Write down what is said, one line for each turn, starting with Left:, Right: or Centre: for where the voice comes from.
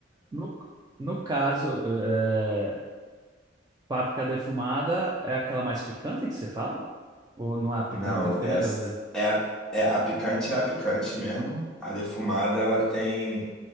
Right: no, no caso, é, páprica defumada é aquela mais picante que você fala? Ou não é picante?
Centre: Não,
Right: Eu fiquei
Centre: é,
Right: na dúvida.
Centre: é, a- é a picante é a picante mesmo. A defumada, ela tem